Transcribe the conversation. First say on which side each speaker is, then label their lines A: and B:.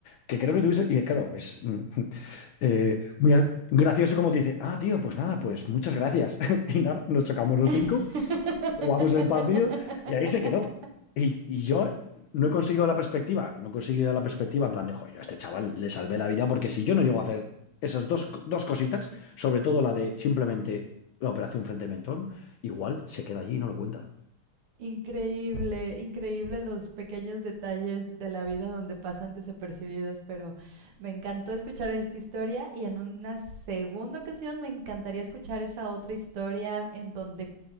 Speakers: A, on the left (about 75°); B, on the right (about 80°).
A: que creo que tuviste, y claro, es mm, <laughs> eh, muy a- gracioso como te dice, ah, tío, pues nada, pues muchas gracias. <laughs> Y nada, nos chocamos los
B: <laughs>
A: cinco jugamos el partido y ahí se quedó. Y, y yo no he conseguido la perspectiva, no he conseguido la perspectiva en plan de, joder, yo a este chaval le salvé la vida porque si yo no llego a hacer esas dos, dos cositas, sobre todo la de simplemente la operación frente al mentón, igual se queda allí y no lo cuenta.
B: Increíble, increíble los pequeños detalles de la vida donde pasan desapercibidos, pero me encantó escuchar esta historia y en una segunda ocasión me encantaría escuchar esa otra historia en donde